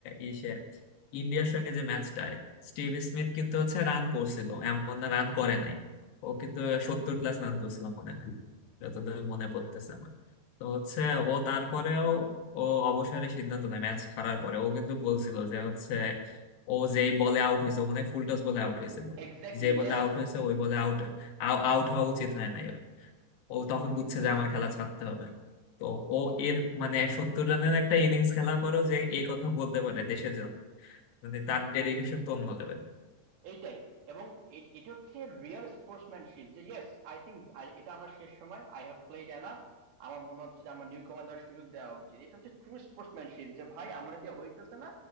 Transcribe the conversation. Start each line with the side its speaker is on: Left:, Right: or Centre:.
Left: ইসে ইন্ডিয়ার সঙ্গে যে ম্যাচটায় স্টিভ স্মিথ কিন্তু হচ্ছে রান করছিল এমন না রান করে নাই ও কিন্তু সত্তর প্লাস রান করছিল মনে হয় যতদূর মনে পড়তেছে আমার তো হচ্ছে ও তারপরেও ও অবসরের সিদ্ধান্ত নেয় ম্যাচ হারার পরে ও কিন্তু বলছিল যে হচ্ছে ও যেই বলে আউট হয়েছে ও মানে ফুল টস বলে আউট হয়েছিল
Right: এক্স্যাক্টলি
Left: যে
Right: ইয়েস
Left: বলে আউট হয়েছে ওই বলে আউট আউট হওয়া উচিত হয় না ও তখন বুঝছে যে আমার খেলা ছাড়তে হবে তো ও এর মানে সত্তর রানের একটা ইনিংস খেলার পরেও যে এই কথা বলতে পারে দেশের জন্য মানে তার ডেডিকেশন তো অন্য লেভেলের
Right: এইটাই এবং এ- এটা হচ্ছে রিয়েল স্পোর্টসম্যানশিপ যে ইয়েস আই থিঙ্ক এটা আমার শেষ সময় আই হ্যাভ প্লেড এনাফ আমার মনে হচ্ছে যে আমার নিউ কমান্ডার সুযোগ দেওয়া উচিত এটা হচ্ছে ট্রু স্পোর্টসম্যানশিপ যে ভাই আমার দিয়ে হইতেছে না